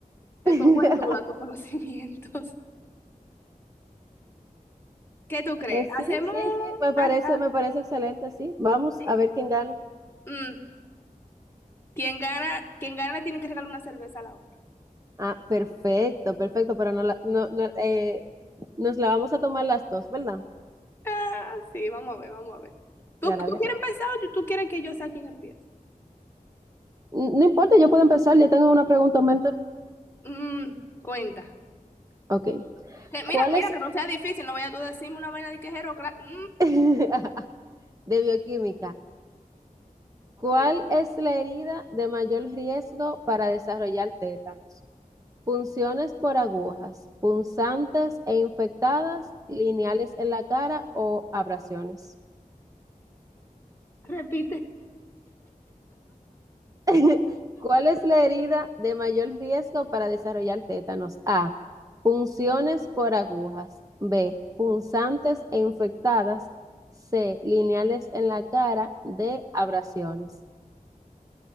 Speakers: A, on the left (about 15°); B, on the right (about 25°).
A: te
B: <laughs>
A: pongo en duda tus conocimientos. <laughs> ¿Qué tú crees?
B: Eh, sí,
A: Hacemos...
B: sí, sí, me parece,
A: hasta-
B: me parece excelente, sí. Vamos
A: eh,
B: a ver quién gana.
A: mm, quien gana, quien gana tiene que regalar una cerveza a la otra.
B: Ah, perfecto, perfecto, pero no, la, no, no, eh, nos la vamos a tomar las dos, ¿verdad?
A: Ah, sí, vamos a ver, vamos a ver. ¿Tú,
B: Ganar,
A: tú
B: ganar.
A: quieres empezar o tú quieres que yo sea quien empiece?
B: N- No importa, yo puedo empezar, yo tengo una pregunta en mente.
A: Mm, cuenta.
B: Ok,
A: Que mira,
B: ¿cuál
A: mira,
B: es
A: que no sea difícil, no vaya tú a decirme una vaina de quejero. gra- Mm,
B: <laughs> de bioquímica? ¿Cuál
A: cuenta.
B: es la herida de mayor riesgo para desarrollar tétanos? Punciones por agujas, punzantes e infectadas, lineales en la cara o abrasiones.
A: Repite.
B: <laughs> ¿Cuál es la herida de mayor riesgo para desarrollar tétanos? A. Punciones por agujas. B. Punzantes e infectadas. C. Lineales en la cara. D. Abrasiones.